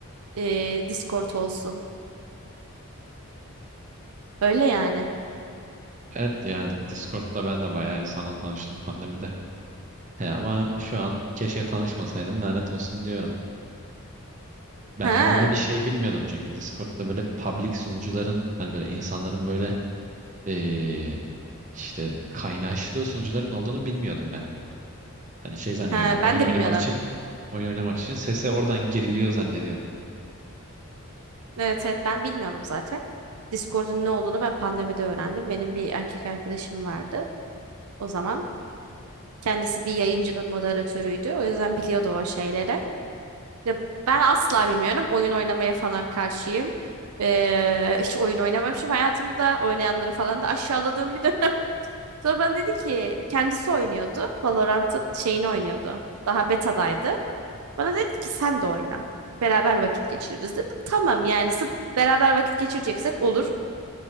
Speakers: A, on the right (about 85°); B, on the right (about 35°).
A: e, Discord olsun. Öyle yani.
B: Evet ya Discord'da ben de bayağı insanla tanıştım pandemide. He ama şu an keşke tanışmasaydım lanet olsun diyorum. Ben
A: Ha,
B: normalde şey bilmiyordum çünkü Discord'da böyle public sunucuların hani böyle insanların böyle eee, işte kaynaştığı sunucuların olduğunu bilmiyordum ben. Hani şey zannediyordum.
A: ha
B: Oyun
A: ben de
B: oynamak
A: bilmiyordum.
B: için oyun oynamak için sese oradan giriliyor zannediyordum.
A: Evet evet ben bilmiyordum zaten. Discord'un ne olduğunu ben pandemide öğrendim. Benim bir erkek arkadaşım vardı o zaman. Kendisi bir yayıncının moderatörüydü. O yüzden biliyordu o şeyleri. Ya ben asla bilmiyorum. Oyun oynamaya falan karşıyım. Ee, hiç oyun oynamamışım hayatımda. Oynayanları falan da aşağıladığım bir dönem. <laughs> Sonra bana dedi ki kendisi oynuyordu. Valorant'ın şeyini oynuyordu. Daha betadaydı. Bana dedi ki sen de oyna. Beraber vakit geçiririz dedim. Tamam yani sırf beraber vakit geçireceksek olur.